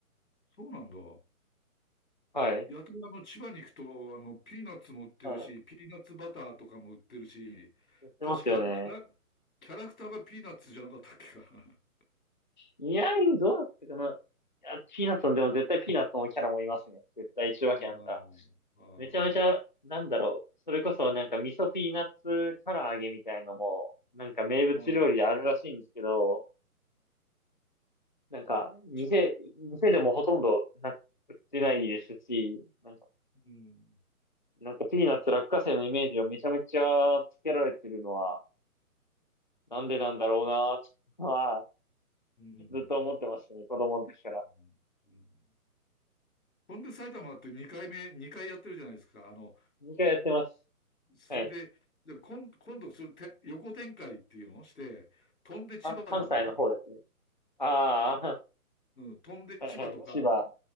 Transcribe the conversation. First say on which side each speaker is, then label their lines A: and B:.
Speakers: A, on the left; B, on the left.
A: そうなんだ。
B: はい。
A: やたらあの千葉に行くと、あの、ピーナッツも売ってるし、
B: はい。
A: ピーナッツバターとかも売ってるし、
B: やってますよね。
A: 確かあの、キャラ、キャラクターがピーナッツじゃなかったっけかな。
B: いや、どうだったかな。いや、ピーナッツの、でも絶対ピーナッツのキャラもいますね。絶対一わけあんた。
A: <laughs> ああ、
B: めちゃめちゃ、
A: あ
B: なんだろう。それこそなんか味噌ピーナッツ唐揚げみたいのも、なんか名物料理であるらしいんですけど、
A: あ、ああ、あ
B: なんか、店、
A: ち
B: 店でもほとんどなく売ってないですし、なんか、
A: うん、
B: なんかピーナッツ落花生のイメージをめちゃめちゃつけられてるのは、なんでなんだろうなーは、
A: うん、
B: ずっと思ってましたね、子供の時から。
A: うん。うんほんで埼玉って2回目、2回やってるじゃないですか。あの、
B: 2回やってます。
A: それで、
B: はい。
A: で今、今度それて、横展開っていうのをして、飛んで千葉とかね、
B: あ、関西の方ですね。ああ、
A: うん、飛んで千葉とか、
B: <laughs> はいはい。千葉、